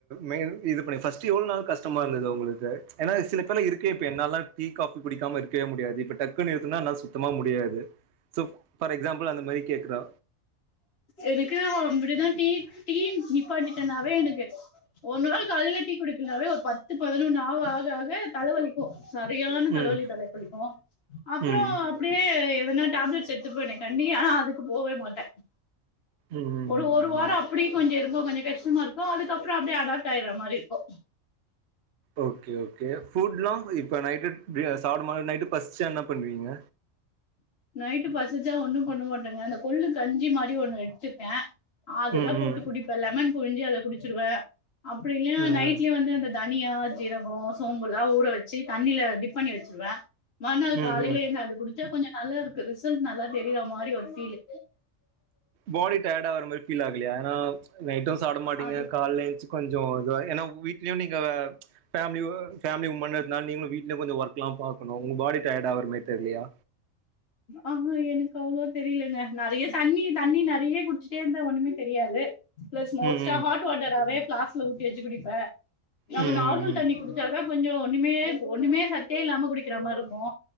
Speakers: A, on the right (about 60°); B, on the left (about 55°).
A: மெயின் இது பண்ணி ஃபர்ஸ்ட் எவ்ளோ நாள் கஷ்டமா இருந்தது அவுங்களுக்கு ஏனா சில பேர்ல இருக்கே இப்ப என்னாலா டீ காஃபி குடிக்காம இருக்கவே முடியாது இப்ப டக் தட்குனு நிறத்துனா என்னால சுத்தமா முடியாது சோ ஃபர் எக்ஸாம்பிள் அந்த மாரி கேக்குறா
B: எதுக்கு அம்பூடூ தா டீ டீ நிப்பாட்டிட்டானாவே எனக்கு ஒரு நாள் காலையில டீ குடிக்கல்னாவே ஒரு பத்து பதினொன்னு ஆவோ ஆக ஆக தலைவலி சரியான தலைவலி
A: ம்
B: தல புடிக்கு அப்றோ
A: ம்
B: அப்டியே எதனா டேப்லெட்ஸ் எடுத்துப்பேனே கண்டி ஆனா அதுக்கு போவே மாட்டே
A: ம் ம்
B: ஒரு
A: ம்
B: ஒரு வாரோ
A: ம்
B: அப் அப்டி கொஞ்சோ இருக்கவோ கொஞ்சோ கஷ்ட இருக்கு அதுக்கப்றோ அப்டியே அடாப்ட் ஆயிட்றா மாரி இருக்கு
A: ஓகே ஓகே ஃபுட்லா இப்ப நைட்டு டிய சாப்டு மா நைட்டு பசுச்சா என்ன பண்வீங்க
B: நைட்டு பசிச்சா ஒன்னும் பண்ண மாட்டேங்க அந்த கொள்ளு கஞ்சி மாரி ஒன்னு வச்சுப்பே அதுதா
A: ம்
B: போட்டு
A: ம்
B: குடிப்ப லெமன் புழிஞ்சி அத குடிச்சிருவே அப்டி இல்லா
A: ம்
B: நைட்லயே வந்து அந்த தனியா ஜீரகோ சோம்புலா ஊற வச்சு தண்ணில டிப் பண்ணி வெச்சிருவே மறுநாள்
A: ம்
B: காலையில
A: ம்
B: எழுந்து அத குடிச்சா கொஞ்சோ நல்லா இருக்கு ரிசல்ட் நல்லா தெரியுறா மாரி ஒரு ஃபீலு
A: பாடி டயர்ட் ஆகற மாரி ஃபீல் ஆகலையா ஏனா நைட்டு சாப்ட மாட்டிங்
B: அது
A: கால்ல எழூஞ்சி கொஞ்சோ இதுவா ஏன்னா வீட்லயு நீங்க ஃபேமலி ஒ ஃபேமலி உம்முனு இருந்தா நீங்களு வீட்லே கொஞ்சோ ஒர்க்லா பாகணு உங்க பாடி டையர்ட் ஆவறா மாரி தெர்லையா
B: அ ஹா எனக்கு அவ்ளோ தெரிலங்க நெறைய தண்ணி தண்ணி நெறைய குடிச்சிட்டே இருந்த ஒன்னூமே தெரியாது ப்ளஸ் மோஸ்ட்டா
A: ம் ம்
B: ஹாட் வாட்டராவே பிளாஸ்க்ல ஊத்தி வெச்சு குடிப்பே நம்ம
A: ம்
B: நார்மல்
A: ம்
B: தண்ணி குடிச்சாதா கொஞ்சோ ஒன்னுமே ஒன்னுமே சத்தே இல்லாம குடிக்கிற மாரி இருக்கு